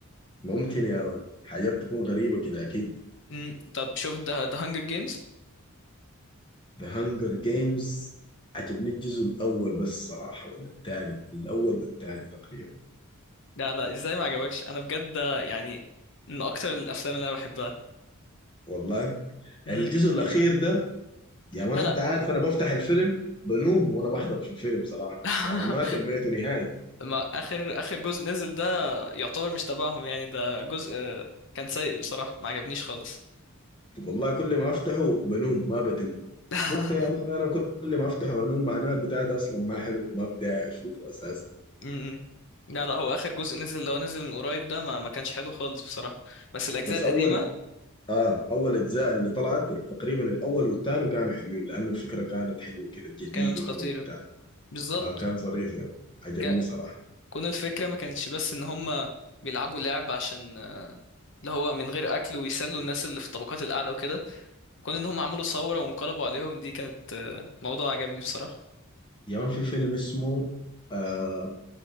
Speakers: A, on the left; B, on the left.
A: ممكن يا مان حاجات تكون غريبة كده أكيد
B: امم طب شوف ده ده هانجر جيمز
A: The Hunger Games عجبني الجزء الأول بس صراحة ولا الثاني الأول والثاني تقريبا
B: لا لا ازاي ما عجبكش انا بجد ده يعني من اكتر الافلام اللي انا بحبها
A: والله
B: امم
A: الجزء الأخير ده يا مان
B: لا لا
A: أنت عارف أنا بفتح الفيلم بنوم وأنا بحضر في الفيلم صراحة
B: <laughs>
A: يعني ما تميته نهائي
B: ما اخر اخر جزء نزل ده يعتبر مش تبعهم يعني ده جزء آه، كان سيء بصراحة ما عجبنيش خالص
A: والله كل ما أفتحه بنوم ما بتم
B: <laughs>
A: وقلت يا مان أنا كل ما أفتحه بنوم معناه البتاع ده أصلا ما حلو وما بدي أشوفه أساسا
B: امم لا لا هو اخر جزء نزل لو نزل من قريب ده ما ما كانش حلو خالص بصراحه بس الاجزاء
A: بس
B: القديمه
A: أول اه اول اجزاء اللي طلعت تقريبا الاول والثاني كانوا حلوين لانه الفكره كانت حلوه كده جديده
B: كانت خطيره
A: كده وبتاع
B: بالظبط
A: آه كان ظريف يعني عجبني
B: ك...
A: صراحه
B: كون الفكره ما كانتش بس ان هم بيلعبوا لعب عشان آه، اللي هو من غير اكل ويسلوا الناس اللي في الطبقات الاعلى وكده كون ان هم عملوا ثوره وانقلبوا عليهم دي كانت آه، موضوع عجبني بصراحه
A: يا مان في فيلم اسمه آه